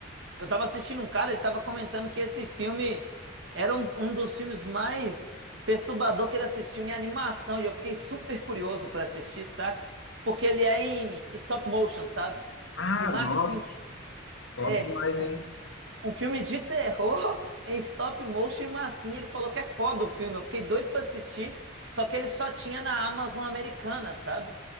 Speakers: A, on the right (about 70°); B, on the left (about 75°).
A: Eu tava assistindo um cara, ele tava comentando que esse filme era um, um dos filmes mais perturbador que ele assistiu em animação, e eu fiquei super curioso pra assistir, saca? Porque ele é em stop motion, sabe?
B: Ah,
A: E massinha.
B: nossa, top
A: É,
B: demais,
A: um,
B: hein?
A: um filme de terror <laughs> em stop motion e massinha. Ele falou que é foda o filme, eu fiquei doido pra assistir, só que ele só tinha na Amazon americana, sabe?